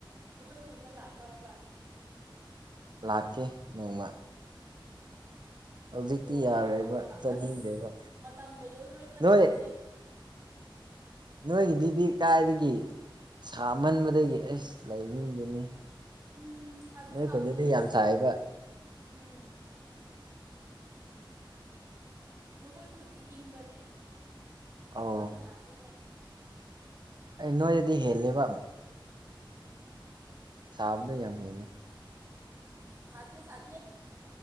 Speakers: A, on the right; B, on the right.
A: ꯑꯩꯈꯣꯏ ꯀꯨꯟꯗ ꯂꯥꯛꯈ꯭ꯔꯣ ꯍꯥꯏꯕ
B: ꯂꯥꯛꯀꯦ ꯅꯣꯡꯃ ꯍꯧꯖꯤꯛꯇꯤ
A: ꯅꯣꯡꯃ
B: ꯌꯥꯔꯣꯏꯕ
A: ꯅꯣꯡꯃ
B: ꯆꯠꯅꯤꯡꯗꯦꯕ
A: ꯑꯁ ꯃꯇꯝ ꯂꯩꯔꯔꯣꯏꯗ
B: ꯅꯣꯏ
A: ꯅꯪꯒꯤꯁꯦ
B: ꯅꯣꯏꯒꯤꯗꯨꯗꯤ ꯀꯥꯏꯗꯒꯤ ꯁꯥꯃꯟꯕꯗꯒꯤ ꯑꯁ ꯂꯩꯅꯤꯡꯗꯦꯅꯦ
A: ꯎꯝ ꯁꯥꯗꯤ
B: ꯅꯣꯏ
A: ꯁꯥꯕꯅꯦ
B: ꯈꯨꯟꯗꯗꯤ
A: ꯑꯁ
B: ꯌꯥꯝ ꯁꯥꯏꯕ
A: ꯍꯨꯝ ꯅꯈꯣꯏ ꯈꯨꯟꯗꯤ ꯏꯪꯕ꯭ꯔꯅꯦ
B: ꯑꯧ
A: ꯆꯞ ꯃꯥꯟꯅꯔꯅꯤꯍꯦ
B: ꯑꯦ ꯅꯣꯏꯅꯗꯤ ꯍꯦꯂꯦꯕ ꯁꯥꯕꯗꯣ ꯌꯥꯝ ꯍꯦꯜꯂꯦ
A: ꯁꯥꯗꯦ ꯁꯥꯗꯦ